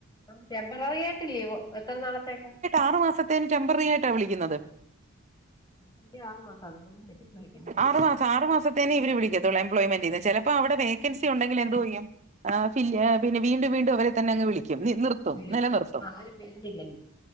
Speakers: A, on the left; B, on the right.
A: ആ ടെമ്പററി ആയിട്ടില്ലേ എത്ര നാളത്തേക്കാ
B: ആറു മാസത്തേന് ടെെമ്പറി ആയിട്ടാണ് വിളിക്കുന്നത്
A: അഞ്ച് ആറ് മാസം അതുപോലും വരും
B: ആറ് മാസം ആറു മാസ തന്നെ ഇവരെ വിളിക്കത്തൂ എംപ്ളൊയ്മെന്ന്റെ ചെലപ്പോ അവിടെ വേക്കൻസി ഉണ്ടെങ്കിൽ എന്ത് ചെയ്യും ആ പി പിന്ന വീണ്ടും വീണ്ടും അവരെ തന്നെ അങ്ങ് വിളിക്കും നിർത്തും
A: വിളി
B: നിലനിർത്തും
A: ആരും വരുന്നില്ലെങ്കിൽ